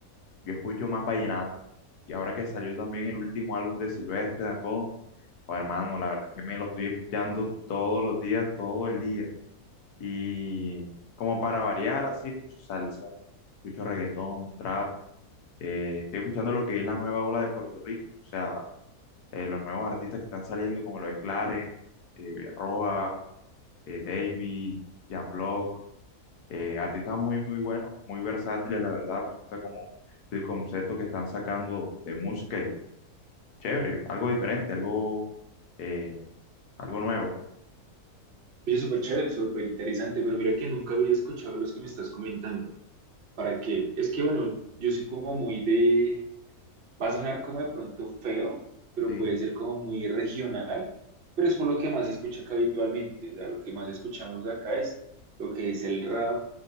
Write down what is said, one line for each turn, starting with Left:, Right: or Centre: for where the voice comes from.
Left: yo escucho más vallenato. Y ahora que salió también el último álbum de Silvestre Dangond, oh, hermano, la verdad es que me lo estoy escuchando todos los días, todo el día. Y como para variar, así escucho salsa, escucho reggaetón, trap. eh, estoy escuchando lo que es la nueva ola de Puerto Rico, o sea, eh, los nuevos artistas que están saliendo, como lo es Clarence, eh, Roa, eh, Davy, Jan Block, eh, artistas muy, muy buenos, muy versátiles, la verdad. Me gusta como el concepto que están sacando de música y chévere, algo diferente, algo, eh, algo nuevo.
Right: Oye, súper chévere, súper interesante, pero mira que nunca había escuchado los que me estás comentando. ¿Para qué? Es que, bueno, yo soy como muy de... Va a sonar como de pronto feo, pero
Left: Sí,
Right: puede ser como muy regional, pero es por lo que más se escucha acá habitualmente. O sea, lo que más escuchamos acá es lo que es el rap,